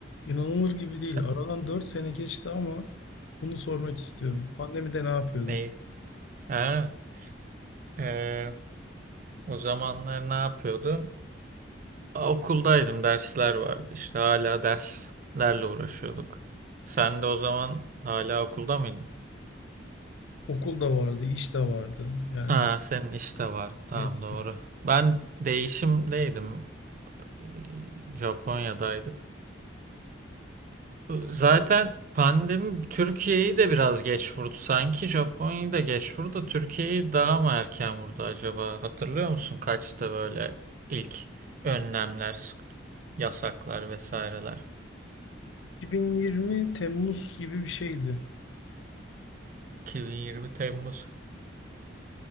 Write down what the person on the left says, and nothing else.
İnanılır gibi değil.
Aradan 4 sene geçti ama bunu sormak istiyorum. Pandemide ne yapıyordun?
Okul da vardı, iş de vardı. Yani
hepsi.
2020 Temmuz gibi bir şeydi.